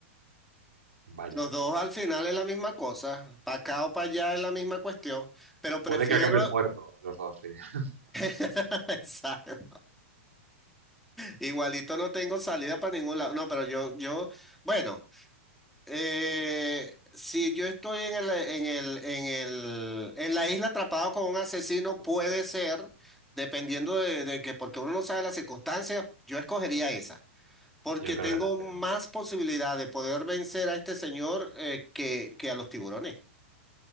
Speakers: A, on the right (about 70°); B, in the centre.
A: Vaya,
B: Los dos al final es la misma cosa, para acá o para allá es la misma cuestión, pero prefiero,
A: puede que acabes muerto los dos, sí. <laughs>
B: <laughs> Exacto. igualito no tengo salida para ningún lado, no, pero yo, yo, bueno, eh, si yo estoy en el, en el, en el, en la isla atrapado con un asesino, puede ser, dependiendo de, de que, porque uno no sabe las circunstancias, yo escogería esa. Porque
A: Yo creo
B: tengo
A: que también.
B: más posibilidad de poder vencer a este señor eh, que, que a los tiburones.